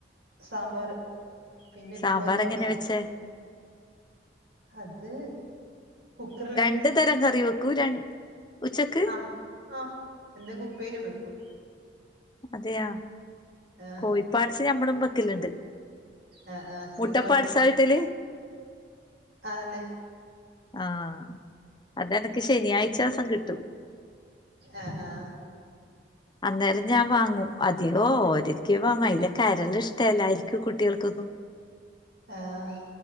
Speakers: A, on the right (about 70°); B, on the left (about 25°).
A: സാമ്പാറ് പിന്നെ
B: സാമ്പാർ
A: കോഴി പാട്സും.
B: എങ്ങനെ വെച്ചേ
A: അത് കുക്കറില്
B: രണ്ട് തരം കറി വെക്കു ര ഉച്ചക്ക്‌.
A: ആഹ്, ആഹ് എന്തെങ്കിലും ഉപ്പേരിയും വെക്കും.
B: അതെയാ
A: ഏഹ്
B: കോഴി പ്പാട്സ് നമ്മളും വെക്കലുണ്ട്.
A: ആഹ്, ആഹ് കുരുമുളകക്കെ
B: മുട്ടപ്പാട്സാ
A: ഇട്ട്
B: കിട്ടല്
A: അതന്നെ.
B: ആഹ്, അതെനിക്ക് ശനിയാഴ്ച ദിവസം കിട്ടൂ.
A: ഏഹ്, ആഹ്.
B: അന്നേരം ഞാൻ വാങ്ങും അധികം ഒരൊക്കെ വാങ്ങും അയില കരള് ഇഷ്ടല്ലായിരിക്കും കുട്ടികൾക്കൊന്നും.
A: ആഹ്